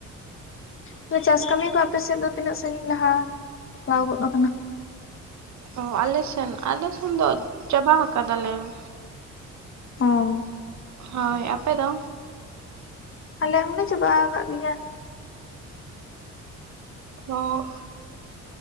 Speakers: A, on the left (about 45°); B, on the right (about 70°).
A: ᱛᱚᱵᱮ ᱪᱟᱥ ᱠᱟᱹᱢᱤ ᱠᱚ ᱟᱯᱮᱥᱮᱫ ᱫᱚ ᱛᱤᱱᱟᱹᱜ ᱥᱟᱺᱜᱤᱧ ᱞᱟᱦᱟ ᱪᱟᱞᱟᱣ ᱜᱚᱫ ᱟᱠᱟᱱᱟ?
B: ᱚ ᱟᱞᱮ ᱥᱮᱱ ᱟᱞᱮ ᱥᱮᱱ ᱫᱚ ᱪᱟᱵᱟᱣ ᱟᱠᱟᱫᱟᱞᱮ ᱾
A: ᱚ᱾
B: ᱦᱳᱭ ᱟᱯᱮ ᱫᱚ?
A: ᱟᱞᱮ ᱦᱚᱸᱞᱮ ᱪᱟᱵᱟ ᱟᱠᱟᱫ ᱜᱮᱭᱟ ᱾
B: ᱚ᱾